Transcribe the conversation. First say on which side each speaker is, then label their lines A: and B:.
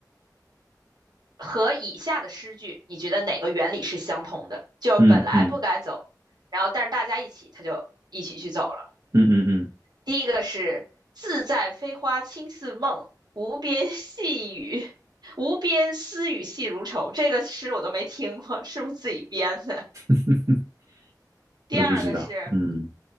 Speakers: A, on the right (about 70°); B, on the right (about 45°).
A: 和以下的诗句，你觉得哪个原理是相同的？就本来不该走，
B: 嗯嗯
A: 然后但是大家一起，他就一起去走了。
B: 嗯嗯
A: 第一个是“自在飞花轻似梦，无边细雨，无边丝雨细如愁”，这个诗我都没听过，是不是自己编的？
B: 嗯，<laughs>
A: 第二个是
B: 我也不知道，嗯，